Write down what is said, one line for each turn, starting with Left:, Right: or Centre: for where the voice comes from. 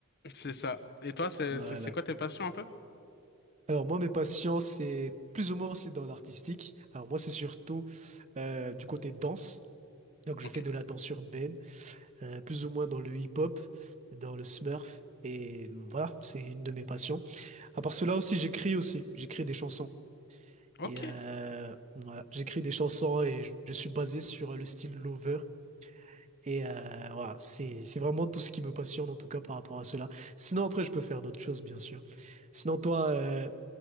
Left: C'est ça. Et toi, c'est
Right: Voilà.
Left: c'est- c'est quoi tes passions un peu?
Right: Alors moi, mes passions, c'est plus ou moins aussi dans l'artistique. Alors moi, c'est surtout euh, du côté danse. Donc je
Left: Ok.
Right: fais de la danse urbaine. euh, plus ou moins dans le hip-hop, dans le smurf. Et voilà, c'est une de mes passions. À part cela aussi, j'écris aussi. J'écris des chansons.
Left: Ok.
Right: Et euh, voilà, j'écris des chansons et je je suis basé sur le style Lover. Et euh, voilà, c'est c'est vraiment tout ce qui me passionne en tout cas par rapport à cela. Sinon après, je peux faire d'autres choses, bien sûr. Sinon toi, euh,